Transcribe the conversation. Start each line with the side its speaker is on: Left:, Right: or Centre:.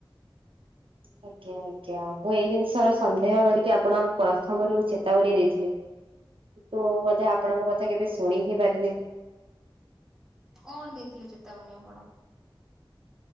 Right: <unintelligible> ଆଜ୍ଞା ଆଜ୍ଞା ମୁଁ ଏଇ ଜିନିଷର ସନ୍ଦେହ କରିକି ଆପଣଙ୍କୁ ପ୍ରଥମରୁ ଚେତାବନୀ ଦେଇଥିଲି। କିନ୍ତୁ ବୋଧେ ଆପଣ ମୋ କଥା କେବେ ଶୁଣି ହିଁ ପାରିଲେନି।
Centre: କଣ ଦେଇଥିଲେ ଚେତାବନୀ ଆପଣ?